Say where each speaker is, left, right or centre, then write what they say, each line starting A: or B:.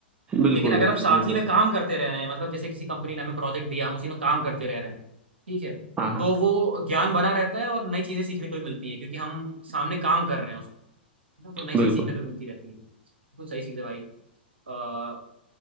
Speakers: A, on the right; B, on the right.
A: बिल्कुल,
B: लेकिन अगर
A: बिल्कुल,
B: हम साथ
A: ये तो
B: ही में
A: है।
B: काम करते रह रहे हैं मतलब जैसे किसी कंपनी ने हमें प्रोजेक्ट दिया हम उसी में काम करते रह रहे हैं ठीक है
A: हाँ, हाँ।
B: तो वो ज्ञान बना रहता है और नई चीजें सीखने को भी मिलती हैं क्योंकि हम सामने काम कर रहे हैं उसमें है ना तो नई चीजें
A: बिल्कुल।
B: सीखने को भी मिलती रहती हैं बिल्कुल सही चीज़ है भाई अ,